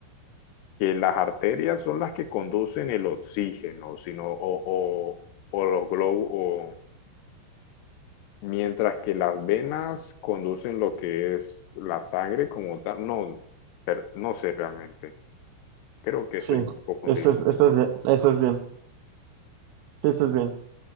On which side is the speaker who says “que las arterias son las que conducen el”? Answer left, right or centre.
Left